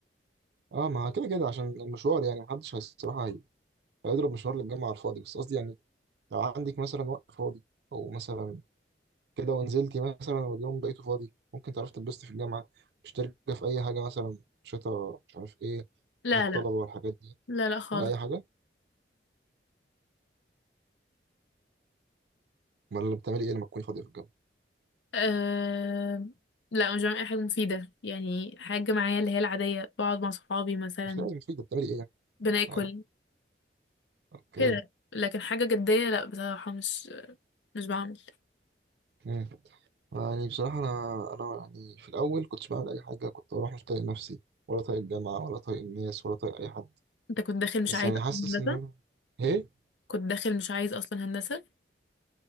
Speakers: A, on the right; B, on the left.
A: اه ما كده كده عشان المشوار يعني محدش الصراحه هي- هيضرب مشوار للجامعه على الفاضي بس قصدي يعني لو عندك مثلا وقت فاضي او مثلا كده ونزلتي مثلا واليوم بقيته فاضي ممكن تعرفي تتبسطي في الجامعه مشتركه في اي حاجه مثلا شتا مش عارف ايه
B: لا
A: اتحاد الطلبه
B: لا
A: والحاجات دي
B: لا لا خالص
A: ولا اي حاجه امال بتعملي ايه لما تكوني فاضيه في الجامعه
B: أه... لا مش بعمل اي حاجه مفيده يعني حاجه معايا اللي هي العاديه بقعد مع صحابي مثلا
A: مش لازم مفيد بتعملي ايه يعني
B: بناكل
A: آه. اوكي
B: كده لكن حاجه جديه لا بصراحه مش مش بعمل
A: مم. يعني بصراحة أنا أنا يعني في الأول كنتش بعمل أي حاجة كنت بروح مش طايق نفسي ولا طايق الجامعة ولا طايق الناس ولا طايق أي حد
B: انت كنت داخل مش
A: بس
B: عايز
A: يعني
B: اصلا
A: حاسس
B: هندسه
A: إن أنا إيه
B: كنت داخل مش عايز اصلا هندسه